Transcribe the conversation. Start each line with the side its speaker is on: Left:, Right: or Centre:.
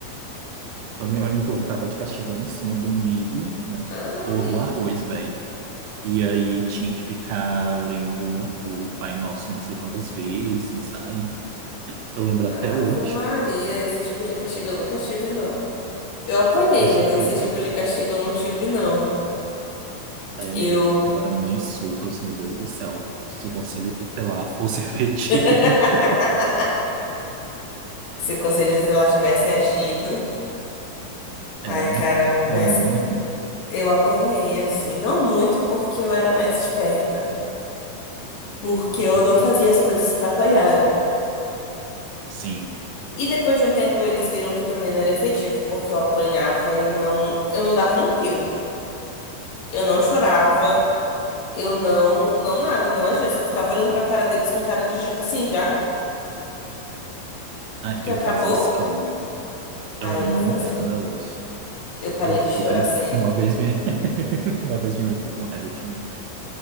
Right: A minha mãe me colocava de castigando em cima do milho, né?
Left: <laughs>
Right: Ou
Left: ai,
Right: do arroz, velho. E aí tinha que ficar lendo o Pai Nosso não sei quantas vezes. Ai, eu lembro
Left: Ave
Right: até hoje.
Left: Maria, esse tipo de castigo eu nunca tive, não. Eu apanhei,
Right: Foi
Left: mas
Right: sofredor.
Left: esse tipo de castigo eu não tive, não.
Right: Aí,
Left: Eu.
Right: amiga, agora minhas surras, meu Deus do céu. Se o conselho tutelar fosse efetivo.
Left: <laughs>
Right: <laughs>
Left: Se o conselheiro sei lá tivesse agido. Ai,
Right: É,
Left: cara, mas
Right: a mãe. né?
Left: eu apanhei, assim. Não muito porque eu era mais esperta. Porque eu
Right: Aham.
Left: não fazia as coisas pra apanhar.
Right: Sim.
Left: E depois de um tempo eles viram que também não era efetivo, porque eu apanhava e não, eu não dava um pio. Eu não chorava, eu não, não nada, eu não agia, eu só ficava olhando pra cara deles com cara de tipo assim, já?
Right: Ah,
Left: Já
Right: eu
Left: acabou?
Right: fazia escândalo. Eu
Left: Aí
Right: era
Left: eu
Right: muito
Left: não fazia.
Right: escandaloso.
Left: Eu parei
Right: Eu,
Left: de chorar
Right: eu, gri-
Left: cedo.
Right: <laughs> uma vez minha, <laughs> uma vez minha mãe ficou com raiva de mim, velho.